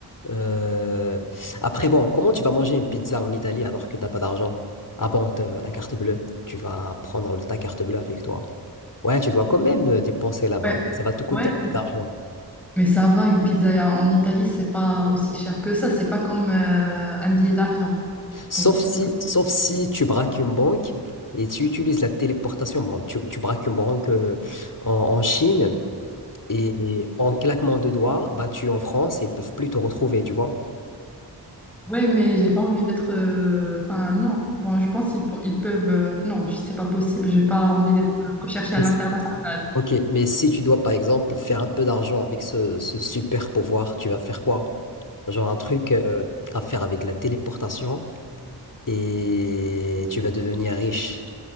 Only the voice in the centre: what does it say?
ouais,
ouais.
Mais ça va, une pizza en Italie, c'est pas aussi cher que ça. C'est pas comme euh, un billet d'avion.
Donc, si
ouais, mais j'ai pas envie d'être. euh, Enfin, non. Bon, je pense qu'ils pe- ils peuvent. euh, Non, je- c'est pas possible. J'ai pas envie d'être recherchée à
l'international.